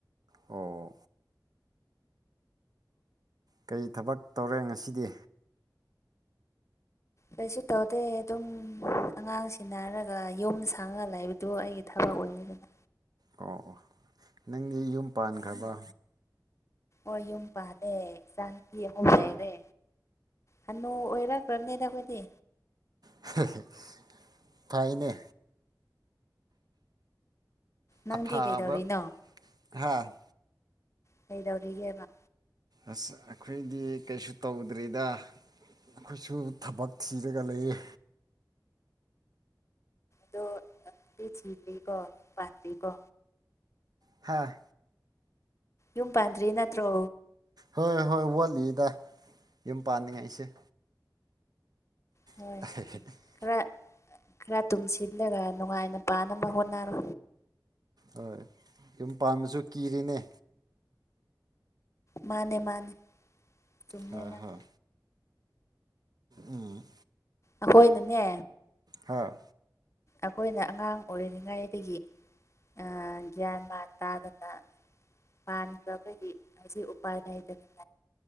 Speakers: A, on the right; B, on the left.
A: ꯑꯣ ꯀꯩ ꯊꯕꯛ ꯇꯧꯔꯦ ꯉꯁꯤꯗꯤ
B: ꯀꯔꯤꯁꯨ ꯇꯧꯗꯦ ꯑꯗꯨꯝ ꯑꯉꯥꯡꯁꯤꯟꯅꯔꯒ ꯌꯨꯝ ꯁꯪꯉ ꯂꯩꯕꯗꯨ ꯑꯩꯒꯤ ꯊꯕꯛ ꯑꯣꯏꯅꯤꯗꯅ
A: ꯑꯣ ꯑꯣ ꯅꯪꯗꯤ ꯌꯨꯝ ꯄꯥꯟꯒ꯭ꯔꯕ
B: ꯑꫭ ꯌꯨꯝ ꯄꯥꯜꯂꯦ ꯏꯆꯥꯅꯨꯄꯤ ꯑꯍꯨꯝ ꯂꯩꯔꯦ ꯍꯅꯨ ꯑꯣꯏꯔꯛꯈ꯭ꯔꯝꯅꯤꯗ ꯑꯩꯈꯣꯏꯗꯤ
A: <unintelligible> ꯐꯥꯏꯅꯦ
B: ꯅꯪꯗꯤ
A: ꯑꯐꯥꯕ
B: ꯀꯩꯗꯧꯔꯤꯅꯣ
A: ꯍꯥ
B: ꯀꯩꯗꯧꯔꯤꯒꯦꯕ
A: ꯑꯁ ꯑꯩꯈꯣꯏꯗꯤ ꯀꯩꯁꯨ ꯇꯧꯗ꯭ꯔꯤꯗ ꯑꯈꯣꯏꯁꯨ ꯊꯕꯛ ꯊꯤꯔꯒ ꯂꯩꯌꯦ
B: ꯑꯗꯣ <unintelligible> ꯊꯤꯗ꯭ꯔꯤꯀꯣ <unintelligible> ꯄꯥꯟꯗ꯭ꯔꯤꯀꯣ
A: ꯍꯥꯥ
B: ꯌꯨꯝ ꯄꯥꯟꯗ꯭ꯔꯤ ꯅꯠꯇ꯭ꯔꯣ
A: ꯍꯣꯏ ꯍꯣꯏ ꯋꯥꯠꯂꯤꯗ ꯌꯨꯝ ꯄꯥꯅꯤꯡꯉꯥꯏꯁꯦ
B: ꯍꯣꯏ
A: <unintelligible>
B: ꯈꯔ ꯈꯔ ꯇꯨꯝꯁꯤꯜꯂꯒ ꯅꯨꯡꯉꯥꯏꯅ ꯄꯥꯟꯅꯕ ꯍꯣꯠꯅꯔꯣ
A: ꯍꯣꯏ ꯌꯨꯝ ꯄꯥꯟꯕꯥꯁꯨ ꯀꯤꯔꯤꯅꯦ
B: ꯃꯥꯅꯦ ꯃꯥꯅꯦ ꯆꯨꯝꯃꯦ
A: ꯍ
B: ꯅꯪ
A: ꯍ ꯎꯝ
B: ꯑꯈꫭꯏꯅꯅꯦ
A: ꯍꯥꯥ
B: ꯑꯩꯈꯣꯏꯅ ꯑꯉꯥꯡ ꯑꯣꯏꯔꯤꯉꯩꯗꯒꯤ ꯑ ꯒ꯭ꯌꯥꯟ ꯃꯥꯟ ꯇꯥꯗꯅ ꯄꯥꯟꯈ꯭ꯔꯕꯒꯤ ꯍꯧꯖꯤꯛ ꯎꯄꯥꯏ ꯂꯩꯇꯦ <unintelligible>